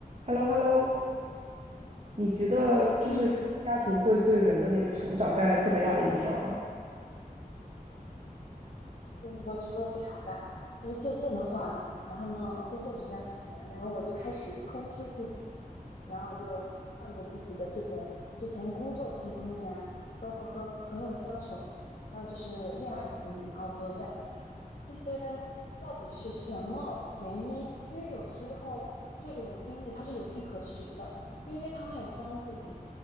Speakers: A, on the right; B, on the left.
A: h e l l o h e l l o 你觉得就是原生家庭会对人的那个成长带来特别大的影响吗？
B: 嗯，我我觉得非常大。因为最近的话，然后呢，工作比较闲，然后我就开始剖析自己，然后我就看着自己的这个之前工作经历啊，包括和朋友的相处，还有就是恋爱的经历，然后我就在想，这些到底是什么原因？因为有时候这种经历它是有迹可循的，因为他们有相似性。